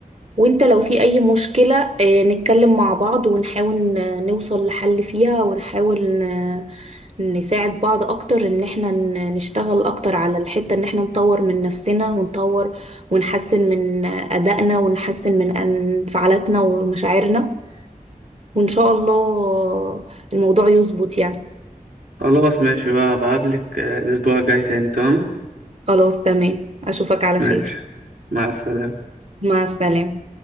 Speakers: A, on the right; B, on the right.
A: وانت لو في اي مشكلة اه، نتكلم مع بعض ونحاول ن- نوصل لحل فيها ونحاول ن- نساعد بعض اكتر ان احنا ن- نشتغل اكتر على الحتة ان احنا نطور من نفسنا ونطور ونحسن من ادائنا ونحسن من انفعالاتنا ومشاعرنا وان شاء الله الموضوع يظبط يعني
B: خلاص ماشي بقى بقابلك آه، الاسبوع الجاي تاني تمام
A: خلاص تمام اشوفك على
B: ماشي
A: خير
B: مع السلامة
A: مع السلامة